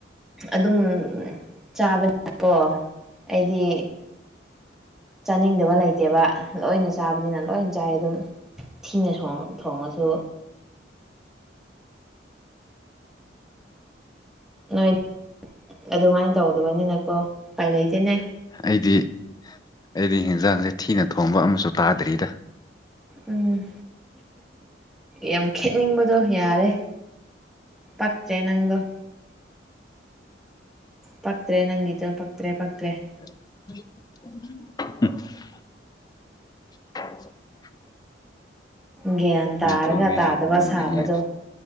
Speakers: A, in the centre; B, on the left (about 20°).
A: ꯑꯗꯨꯝ ꯆꯥꯕꯅꯤꯅ ꯀꯣ ꯑꯩꯗꯤ ꯆꯥꯅꯤꯡꯗꯕ ꯂꯩꯇꯦꯕ ꯂꯣꯏꯅ ꯆꯥꯕꯅꯤꯅ ꯂꯣꯏꯅ ꯆꯥꯏ ꯗꯨꯝ ꯊꯤꯅ ꯁꯣꯡ ꯊꯣꯡꯉꯁꯨ ꯅꯣꯏ ꯑꯗꯨꯃꯥꯏ ꯇꯧꯗꯕꯅꯤꯅꯀꯣ ꯎꯄꯥꯏ ꯂꯩꯇꯦꯅꯦ
B: ꯑꯩꯗꯤ ꯑꯩꯗꯤ ꯍꯤꯟꯖꯥꯡꯁꯦ ꯊꯤꯅ ꯊꯣꯡꯕ ꯑꯃꯁꯨ ꯇꯥꯗ꯭ꯔꯤꯗ
A: ꯎꯝ ꯌꯥꯝ ꯈꯦꯠꯅꯤꯡꯕꯗꯣ ꯌꯥꯔꯦ ꯄꯛꯇ꯭ꯔꯦ ꯅꯪꯗꯣ ꯄꯛꯇ꯭ꯔꯦ ꯅꯪꯒꯤꯗꯣ ꯄꯛꯇ꯭ꯔꯦ ꯄꯛꯇ꯭ꯔꯦ
B: ꯍ
A: ꯒ꯭ꯌꯥꯟ ꯇꯥꯔꯒ
B: ꯊꯣꯡꯉꯦ
A: ꯇꯥꯗꯕ
B: ꯍꯥꯏꯗꯨ ꯅꯣꯡꯃꯩꯅꯦ
A: ꯁꯥꯕꯗꯨ